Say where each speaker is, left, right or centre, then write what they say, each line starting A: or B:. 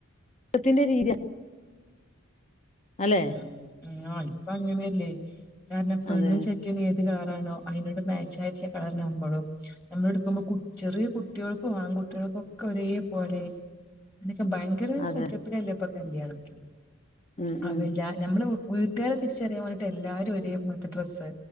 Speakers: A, on the left; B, on the left.
A: ട്ടത്തിന്റെ രീതി അല്ലെ
B: ഉം ആ ഇപ്പ അങ്ങനെല്ലേ കാര്ണം പെണ്ണും
A: അതെ
B: ചെ ക്കന് ഏത് കളറാണോ അയിനോട് മാച്ചായിട്ട്ള്ള കളറ് നമ്മളും നമ്മള് ഇട്ക്കുമ്പം കു ചെറിയെ കുട്ടിയൾക്കും ആൺകുട്ടിയൾക്കൊക്ക ഒരേ പോലെ എന്ന് വെച്ച ഭയങ്കര
A: അതെ
B: സെറ്റപ്പിലല്ലേ ഇപ്പ കല്യാണൊക്കെ
A: ഉം
B: അവില്ല
A: ഉം
B: നമ്മള് വി വീട്ട്കാരെ തിരിച്ചറിയാം വേണ്ടിട്ട് എല്ലാരും ഒരേ പോൽത്തെ ഡ്രസ്സ്